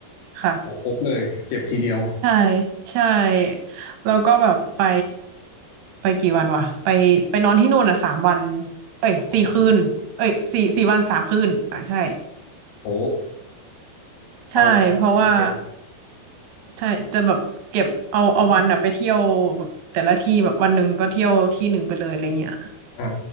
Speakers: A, on the right; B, on the left.
A: ค่ะ
B: โหครบเลยเก็บทีเดียว
A: ใช่ใช่แล้วก็แบบไปไปกี่วันวะไปไปนอนที่นู่นอ่ะสามวันเอ้ยสี่คืนเอ้ยสี่สี่วันสามคืนอ่ะใช่
B: สองคืนโห
A: ใช่เพราะว่า
B: เอาเอาแบบเต็มเต็ม
A: ใช่จะแบบเก็บเอาเอาวันอ่ะไปเที่ยวแบบแต่ละที่แบบวันหนึ่งก็เที่ยวที่หนึ่งไปเลยอะไรเงี้ย
B: อ่า